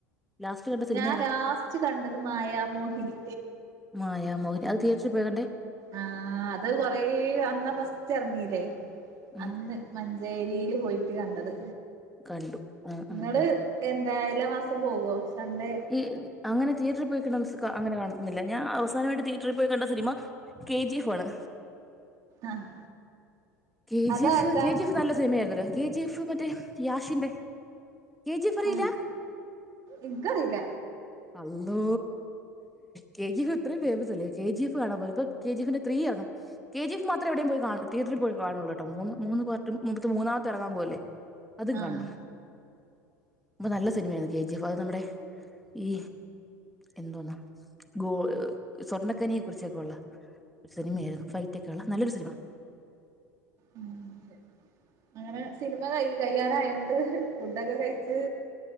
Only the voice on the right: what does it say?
ഞാൻ
ലാസ്റ്റ് കണ്ടത് മായ മോഹിനി.
ആഹ് അത് കൊറേ അന്ന ഫസ്റ്റ് ഇറങ്ങീല്ലേ
അന്ന് മഞ്ചേരിയില് പോയിട്ട് കണ്ടത്
ഇങ്ങള്
എന്താ എല്ലാ മാസം പോകുവോ? സൺഡേ
ആഹ്
അതാര്താ
ആഹ് ഇൻക്കറീല
ആഹ്
ഉ അങ്ങനെ സിനിമ ക കഴ്യാനായൊ ന്നട്ട് ഫുഡൊക്കെ കഴിച്ച്